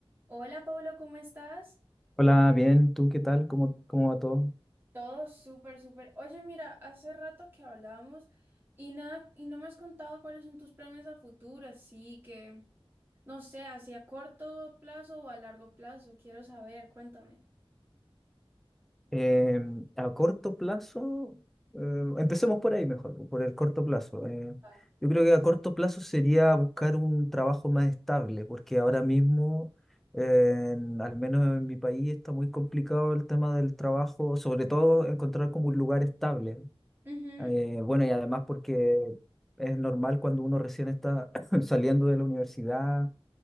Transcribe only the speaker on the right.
Hola Pablo, ¿cómo estás?
Todo súper, súper. Oye, mira, hace rato que hablábamos y nada, y no me has contado cuáles son tus planes a futuro, así que no sé, hacia corto plazo o a largo plazo, quiero saber, cuéntame.
Ah.
Ujú,